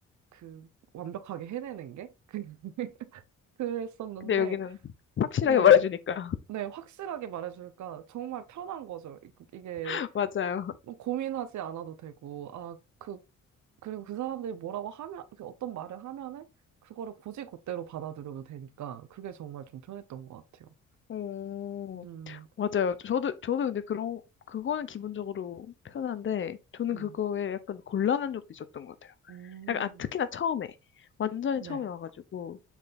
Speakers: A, on the right; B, on the left.
A: 그 완벽하게 해내는 게 <laughs> 그랬었는데
B: 근데 여기는 확실하게
A: 네.
B: 말해주니까.
A: 네, 확실하게 말해주니까 정말 편한 거죠. 이- 이게
B: <laughs> 맞아요.
A: 뭐 고민하지 않아도 되고, 아, 그, 그리고 그 사람들이 뭐라고 하면, 그 어떤 말을 하면은, 그거를 곧이곧대로 받아들여도 되니까, 그게 정말 좀 편했던 것 같아요.
B: 오,
A: 음,
B: 맞아요. 저도, 저도 근데 그런, 그거는 기본적으로 편한데, 저는
A: 음,
B: 그거에 약간 곤란한 적도 있었던 것 같아요.
A: 음,
B: 약간, 아, 특히나 처음에. 완전히
A: 네,
B: 처음에 와가지고,